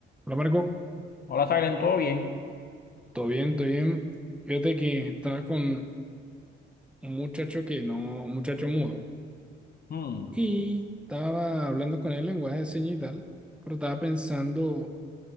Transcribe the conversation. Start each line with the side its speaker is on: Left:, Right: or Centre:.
Centre: Hola Marco,
Left: Hola, Silen, ¿todo bien?
Centre: todo bien, todo bien. Fíjate que estaba con un muchacho que no, un muchacho mudo,
Left: Hmm,
Centre: y estaba hablando con él en lenguaje de señas y tal, pero estaba pensando